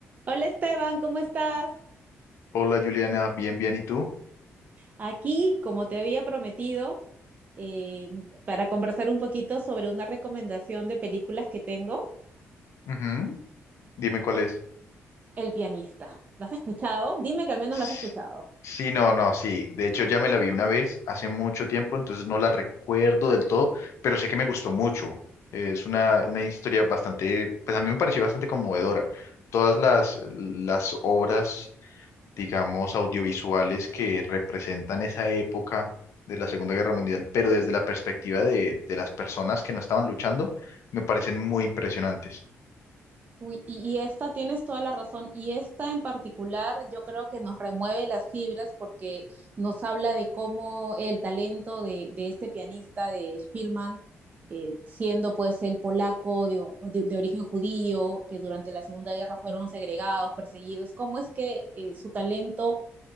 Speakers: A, on the right (about 35°); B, on the left (about 70°).
A: Hola Esteban, ¿cómo estás?
B: Hola Juliana, bien, bien, ¿y tú?
A: Aquí, como te había prometido, eh, para conversar un poquito sobre una recomendación de películas que tengo,
B: Ujú, Dime cuál es.
A: El pianista. ¿Las has escuchado? Dime que al menos
B: S-
A: las has escuchado.
B: Sí, no, no, sí. De hecho, ya me la vi una vez hace mucho tiempo, entonces no la recuerdo del todo, pero sé que me gustó mucho. Es una, una historia bastante, pues a mí me pareció bastante conmovedora. Todas las, las obras, digamos, audiovisuales que representan esa época de la Segunda Guerra Mundial, pero desde la perspectiva de, de las personas que no estaban luchando, me parecen muy impresionantes.
A: Uy, y, y esta tienes toda la razón. Y esta en particular yo creo que nos remueve las fibras porque nos habla de cómo el talento de, de este pianista, de Spielman, eh, siendo pues el polaco de, o- de- de origen judío, que durante la Segunda Guerra fueron segregados, perseguidos, cómo es que eh, su talento